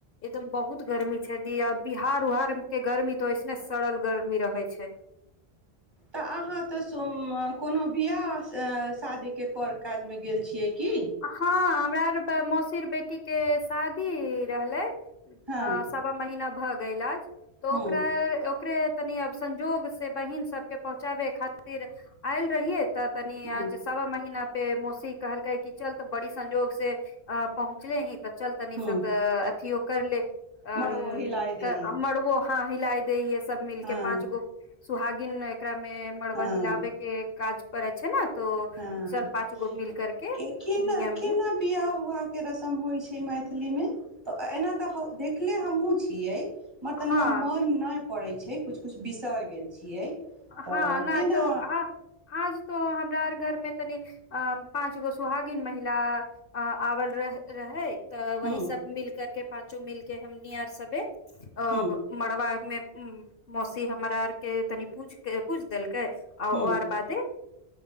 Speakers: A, on the left; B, on the right.
A: एकदम बहुत गर्मी छै दी अभी हार उहार के गर्मी त ऐस ने सड़ल गर्मी रहै छै
B: तऽ अहाँ तऽ सोम कोनो बियाह शादी के कर काज मे गेल छियै की
A: हँ हमरा आरके तऽ मौसीर बेटीक शादी रहलै
B: हँ
A: अ सवा महीना भ गैला आज तऽ
B: हँ
A: ओकरा ओकरे तनी अब संजोग से बहिन सबके पहुँचाबै खातिर तर आयल रहियै तऽ तनी
B: हँ
A: आ सवा महीना फेर मौसी कहलक क चल तऽ बड़ी संजोग से अ पहुँचले ही तऽ चलतनि
B: हँ
A: सब तऽ अथ कर ले ह
B: मड़बो हिलाइ दही
A: मड़बो हँ हिलाइ दे ह सब मिलके
B: हँ
A: पाँच गो सुहागीन नै एकरा मे मड़वा
B: हँ
A: हिलाबे के काज परै छै ने तो
B: हँ
A: सब पाँच गो मिल करके
B: के केना
A: नियम
B: केना
A: भी
B: बियाह उआह के रसम होइ छै मै थिलीमे तऽ एना तऽ देखले हमहुँ छियै मर
A: हँ
B: तनिका मन नहि पड़ै छै कुछ कुछ बिसरि गेल छियै तऽ
A: हँ न
B: केना
A: तो हँ आज तो हमरा आर घर में तनी अ पाँच गो सुहागिन महिला अ आवल रह रहै तऽ वहि
B: ह्म
A: सब मिल करके पाँचो मिल के हमनी आर सबे अ
B: ह्म
A: मड़बा मे उ मौसी हमरा आर के तनि पूज किछ देल कै आ
B: ह्म
A: ओर बादे